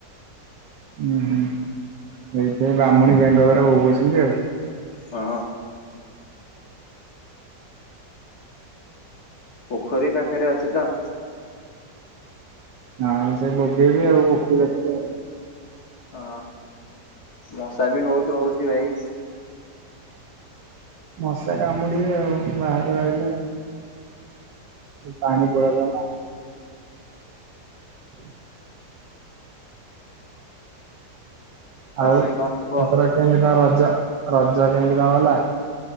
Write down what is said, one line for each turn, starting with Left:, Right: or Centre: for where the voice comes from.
Right: ଉୁଁ ହୁଁ ସେଇଥିପାଇଁ ବ୍ରାହ୍ମଣୀ ବେଙ୍ଗହରା ବୋବଉଛନ୍ତି ଆଉ।
Left: କହ। ପୋଖରୀ ପାଖରେ ଅଛି ତ।
Right: ହଁ ସେ ବୋବେଇବେ ଆଉ ପୋଖରୀ ପାଖରେ।
Left: ହଁ ମଶା ବି ବୋହୂତ ହୋଉଛି ଭାଇ।
Right: ମଶା କାମୁଡିବେ ଆଉ ବାହାରେ ରହିଲେ। ପାଣି <unintelligible> ଉଁ। ଆଉ
Left: ଭାଇ କଣ କୁହ
Right: ଏଥର କେମିତି କଣ ରଜ ରଜ କେମିତି କଣ ଗଲା।